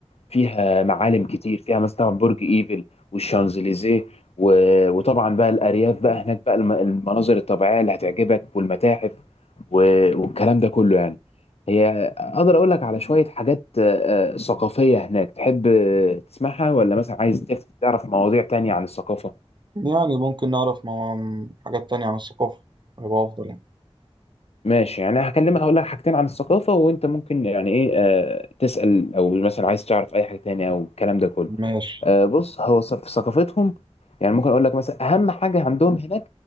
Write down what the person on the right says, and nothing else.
يعني ممكن نعرف مع حاجات تانية عن الثقافة يبقى أفضل يعني
ماشي